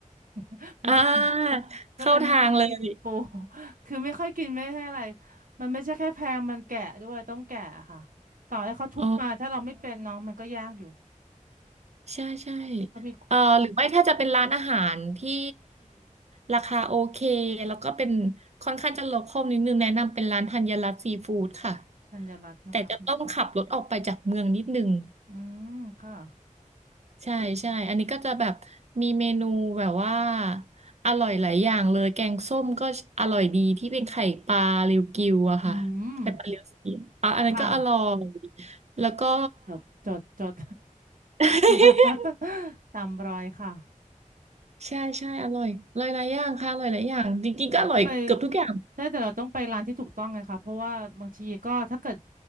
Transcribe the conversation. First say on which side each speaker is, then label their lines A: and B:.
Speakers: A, on the right (about 85°); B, on the right (about 55°).
A: <laughs> เป็นคน
B: อ่าเข้าทางเลย
A: ก็เลยไม่ค่อยกินปู <laughs> คือไม่ค่อยกินไม่ใช่อะไรมันไม่ใช่แค่แพงมันแกะด้วยต้องแกะค่ะต่อให้เขาทุบมาถ้าเราไม่เป็นน้องมันก็ยากอยู่
B: <laughs> อ๋อ ใช่ใช่
A: เขามี
B: เอ่อหรือไม่ถ้าจะเป็นร้านอาหารที่ราคาโอเคแล้วก็เป็นค่อนข้างจะโลคอลนิดนึงแนะนำเป็นร้านธัญรัตน์ซีฟู้ดค่ะ
A: ธัญรัตน์นะคะ
B: แต่จะต้องขับรถออกไปจากเมืองนิดนึง
A: อืมค่ะ
B: ใช่ใช่อันนี้ก็จะแบบมีเมนูแบบว่าอร่อยหลายอย่างเลยแกงส้มก็อร่อยดีที่เป็นไข่ปลาเรียวกิวอะค่ะไข่ปลาเรียวสีอ่ะอันนั้นก็อร่อย
A: อืมค่ะ
B: แล้วก็
A: จดจดจด
B: <laughs>
A: <laughs> ตามรอยค่ะ
B: ใช่ใช่อร่อยอร่อยหลายอย่างค่ะอร่อยหลายอย่างจริงๆก็อร่อยเกือบทุกอย่าง
A: ก็ไปใช้แต่เราต้องไปร้านที่ถูกต้องไงคะเพราะว่าบางทีก็ถ้าเกิด